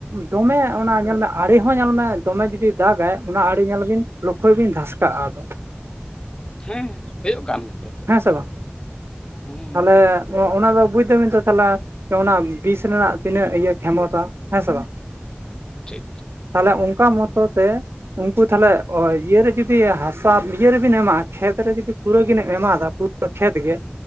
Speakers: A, on the right; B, on the left.
A: ᱫᱚᱢᱮ ᱚᱱᱟ ᱧᱮᱞ ᱢᱮ ᱟᱲᱮ ᱦᱚᱸ ᱧᱮᱞᱢᱮ ᱫᱚᱢᱮ ᱡᱩᱫᱤ ᱫᱟᱜᱟᱭ ᱚᱱᱟ ᱟᱲᱮ ᱧᱮᱞ ᱵᱤᱱ ᱞᱚᱠᱷᱳᱚᱭ ᱵᱤᱱ ᱫᱷᱟᱥᱠᱟᱜᱼᱟ ᱟᱫᱚ
B: ᱦᱮᱸ ᱦᱩᱭᱩᱜ ᱠᱟᱱ ᱜᱮᱭᱟ ᱛᱚ
A: ᱦᱮᱸ ᱥᱮ ᱵᱟᱝ
B: ᱦᱮᱸ
A: ᱛᱟᱦᱚᱞᱮ ᱚᱱᱟ ᱫᱚ ᱵᱩᱡ ᱫᱟᱹᱵᱤᱱ ᱛᱚ ᱛᱟᱦᱚᱞᱮ ᱚᱱᱟ ᱵᱤᱥ ᱨᱮᱱᱟᱜ ᱛᱤᱱᱟᱹᱜ ᱤᱭᱟᱹ ᱠᱷᱢᱚᱛᱟ ᱦᱮᱸ ᱥᱮ ᱵᱟᱝ
B: ᱴᱷᱤᱠ
A: ᱛᱟᱦᱚᱞᱮ ᱚᱱᱠᱟ ᱢᱚᱛᱚ ᱛᱮ ᱩᱱᱠᱩ ᱛᱟᱦᱚᱞᱮ ᱤᱭᱟᱹᱮ ᱡᱩᱫᱤ ᱦᱟᱥᱟ ᱤᱭᱟᱹ ᱟᱹᱨ ᱨᱮᱵᱤᱱ ᱮᱢᱟᱜᱼᱟ ᱠᱷᱮᱛ ᱨᱮ ᱡᱩᱫᱤ ᱠᱩᱨᱟᱹ ᱵᱤᱱ ᱮᱢᱟ ᱫᱚ ᱯᱩᱨᱟᱹ ᱠᱷᱮᱛ ᱜᱮ